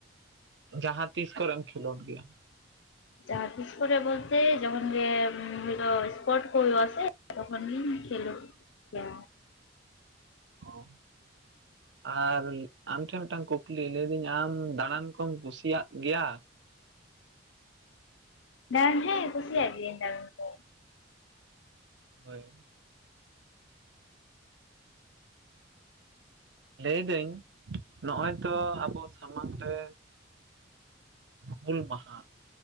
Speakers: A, on the right; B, on the left.
A: ᱡᱟᱦᱟᱸ ᱛᱤᱥ ᱠᱚᱨᱮᱢ ᱠᱷᱮᱞᱳᱰ ᱜᱮᱭᱟ?
B: <inaudible> ᱡᱟᱦᱟᱸ ᱛᱤᱥ ᱠᱚᱨᱮ ᱵᱚᱞᱛᱮ ᱡᱠᱷᱚᱱ ᱜᱮ ᱦᱚᱭ ᱛᱚ ᱥᱯᱳᱴ ᱠᱚ ᱦᱚᱭᱳᱜᱼᱟ ᱥᱮ ᱛᱚᱠᱷᱚᱱ ᱜᱮᱧ ᱠᱷᱮᱞᱳᱜ ᱭᱟ᱾
A: ᱚᱸᱦ
B: <inaudible>
A: ᱟᱨ ᱟᱢᱴᱷᱮᱱ ᱢᱤᱫᱴᱟᱝ ᱠᱩᱠᱞᱤ ᱞᱟᱹᱭᱫᱟᱹᱧ ᱟᱢ ᱫᱟᱬᱟᱱ ᱠᱚᱢ ᱠᱩᱥᱤᱭᱟᱜ ᱜᱮᱭᱟ?
B: ᱦᱮᱸ ᱦᱮᱸ ᱠᱷᱩᱥᱤᱭᱟᱜ ᱜᱤᱭᱟᱧ ᱫᱟᱨᱟᱱ ᱠᱚ᱾
A: ᱦᱳᱭ᱾ ᱞᱟᱹᱭ ᱫᱟᱹᱧ ᱱᱚᱜᱼᱚᱭ ᱛᱚ ᱟᱵᱚ ᱥᱟᱢᱟᱝ ᱨᱮ ᱦᱩᱞ ᱢᱟᱦᱟ